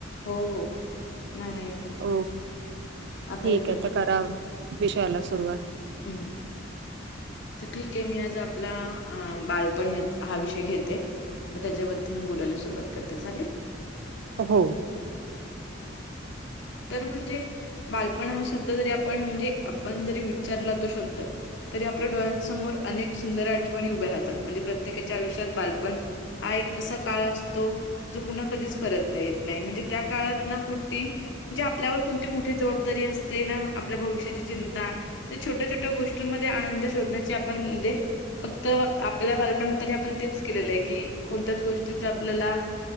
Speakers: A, on the left; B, on the right.
A: हो-हो, नाही-नाही, येतो.
B: ओ
A: आता
B: ठीक
A: येतोय.
B: ये त कराव, विषयाला सुरुवात.
A: ह्म. त ठीक ये, मी आज आपला, अ बाळपण यात, हा विषय घेते. म त्याच्यावरती, मी बोलायला सुरुवात करते, चालेल?
B: अ हो.
A: तर म्हणजे बालपण हा शब्द, जरी आपण, म्हणजे आपण जरी विच्चरला तो शब्द, तरी आप पल्या डोळ्यांसमोर, अनेक सुंदर आठवणी उभ्या राहतात, म्हणजे प्रत्येकाच्या आयुष्यात, बालपण हा एक, असा काळ असतो जो पुन्हा, कधीच परत नही येत नाही, म्हणजे त्या काळात ना कुडती जे आपल्यावर, कोणती मोठी जबाबदारी असते ना, आपल्या भविष्याची चिंता छोट्या-छोट्या गोष्टींमध्ये, आनंद शोधण्याची आपण, म्हणजे फक्त आपल्या बालपणात, तरी आपण तेच केलेलं य की, कोणत्याच गोष्टीच आपल्याला